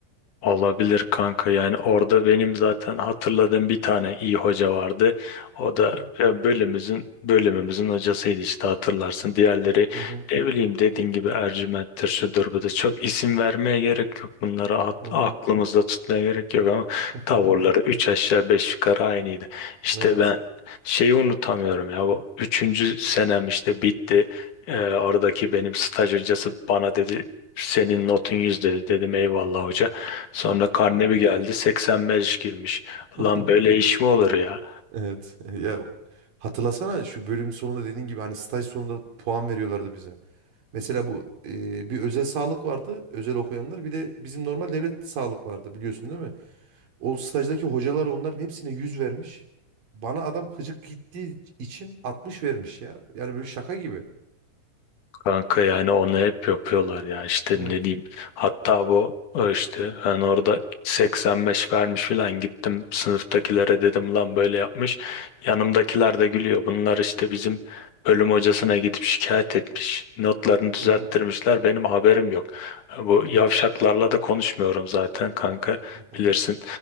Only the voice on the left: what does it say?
Olabilir kanka yani orada benim zaten hatırladığım bir tane iyi hoca vardı. O
da e, bölümümüzün bölümümüzün hocasıydı işte hatırlarsın. Diğerleri
ne bileyim dediğin gibi Ercüment'tir şudur budur. Çok isim vermeye gerek yok. Bunları at-
aklımızda tutmaya gerek yok ama
tavırları üç aşağı beş yukarı aynıydı. İşte
ben şeyi unutamıyorum ya bu üçüncü senem işte bitti. E, oradaki benim staj hocası bana dedi senin notun yüz dedi dedim eyvallah hoca. Sonra karne bir geldi 85 girmiş.
Lan böyle iş mi olur ya?
Kanka yani onu hep yapıyorlar ya işte
ne diyeyim. Hatta bu o işte ben orada 85 vermiş falan gittim sınıftakilere dedim lan böyle yapmış. Yanımdakiler de gülüyor. Bunlar işte bizim bölüm hocasına gidip şikayet etmiş. Notlarını düzelttirmişler.
Benim haberim yok. Bu yavşaklarla da konuşmuyorum zaten kanka
bilirsin.